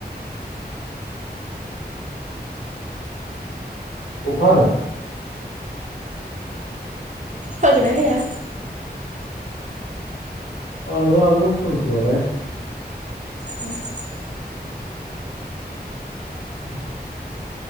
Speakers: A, on the left (about 80°); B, on the right (about 45°).
A: अखा हादों।
B: हागोना हाया।
A: हानोबो हागौ खोमसिबालाय?
B: उम
A: <inaudible>